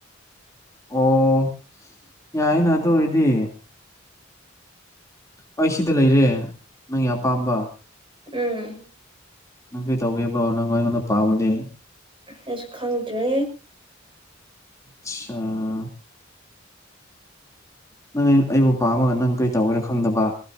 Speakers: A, on the left (about 15°); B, on the right (about 25°).
A: ꯑꯣ ꯌꯥꯏꯅ ꯑꯗꯨ ꯑꯣꯏꯔꯗꯤ꯫ ꯑꯩ ꯁꯤꯗ ꯂꯩꯔꯦ ꯅꯪꯒꯤ ꯑꯄꯥꯝꯕ꯫
B: ꯎꯝ꯫
A: ꯅꯪ ꯀꯩ ꯇꯧꯒꯦꯕ꯭ꯔꯣ ꯅꯪ ꯑꯩꯉꯣꯟꯗ ꯄꯥꯝꯗꯤ꯫
B: ꯑꯩꯁꯨ ꯈꯪꯗ꯭ꯔꯦ꯫
A: ꯆꯥꯥ꯫ ꯅꯪ ꯑꯩ ꯑꯩꯕꯨ ꯄꯥꯝꯃꯒ ꯅꯪ ꯀꯔꯤ ꯇꯧꯒꯦꯔ ꯈꯪꯗꯕ꯫